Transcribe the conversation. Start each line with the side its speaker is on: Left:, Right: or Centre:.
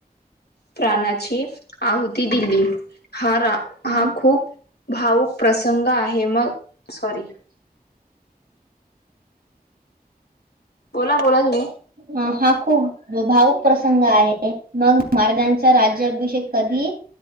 Left: प्राणाची आहुती दिली हा रा
Right: हम्म.
Left: हा खूप भाऊक प्रसंग आहे मग सॉरी.
Right: <inaudible>
Left: बोला बोला तुम्ही
Right: ह हा खूप भावूक प्रसंग आहे मग महाराजांचा राज्याभिषेक कधी?